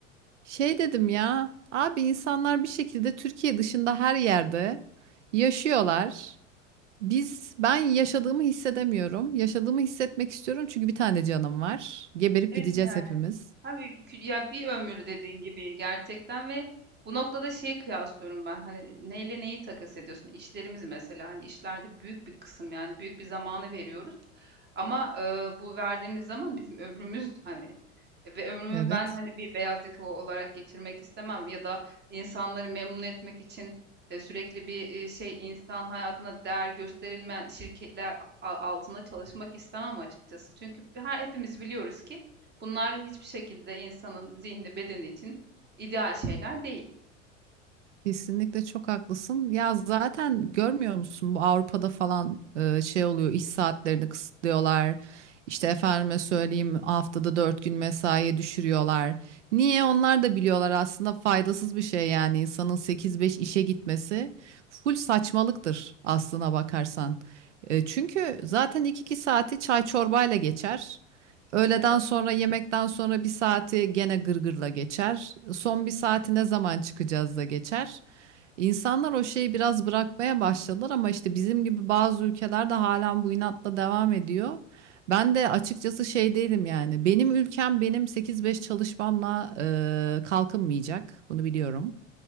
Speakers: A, on the right; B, on the right.
A: Şey dedim ya, abi insanlar bir şekilde Türkiye dışında her yerde yaşıyorlar. Biz ben yaşadığımı hissedemiyorum. Yaşadığımı hissetmek istiyorum çünkü bir tane canım var. Geberip
B: Evet
A: gideceğiz
B: yani.
A: hepimiz.
B: Abi kü- ya bir ömür dediğin gibi gerçekten ve bu noktada şeyi kıyaslıyorum ben hani neyle neyi takas ediyorsun? İşlerimiz mesela hani işlerde büyük bir kısım yani büyük bir zamanı veriyoruz. Ama e, bu verdiğimiz zaman bizim ömrümüz hani ve ömrümü
A: Evet.
B: ben hani bir beyaz yakalı olarak geçirmek istemem ya da insanları memnun etmek için e, sürekli bir e, şey insan hayatına değer gösterilmeyen şirketler a- altında çalışmak istemem açıkçası. Çünkü her hepimiz biliyoruz ki Bunlar hiçbir şekilde insanın zihni, bedeni için ideal şeyler değil.
A: Kesinlikle çok haklısın. Ya zaten görmüyor musun bu Avrupa'da falan e, şey oluyor iş saatlerini kısıtlıyorlar. İşte efendime söyleyeyim haftada dört gün mesaiye düşürüyorlar. Niye? Onlar da biliyorlar aslında faydasız bir şey yani insanın sekiz beş işe gitmesi full saçmalıktır aslına bakarsan. E, çünkü zaten iki iki saati çay çorbayla geçer. Öğleden
B: Evet,
A: sonra yemekten sonra bir saati gene gırgırla geçer. Son bir saati ne zaman çıkacağız da geçer. İnsanlar o şeyi biraz bırakmaya başladılar ama işte bizim gibi bazı ülkelerde halen bu inatla devam ediyor. Ben de açıkçası şey değilim yani. Benim ülkem benim sekiz beş çalışmamla eee, kalkınmayacak. Bunu biliyorum.